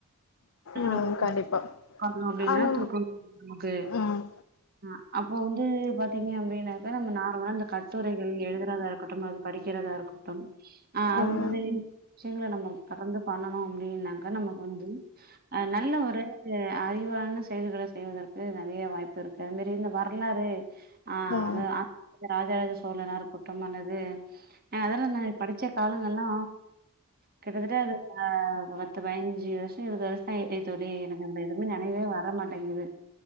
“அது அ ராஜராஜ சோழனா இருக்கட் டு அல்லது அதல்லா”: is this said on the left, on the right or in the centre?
Right